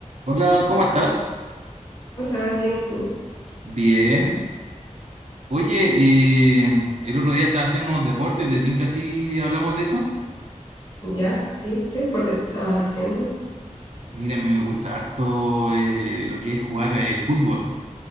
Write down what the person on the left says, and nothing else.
Hola, bien, ¿y tú?
¿Ya? ¿Sí? ¿Qué deporte estabas haciendo?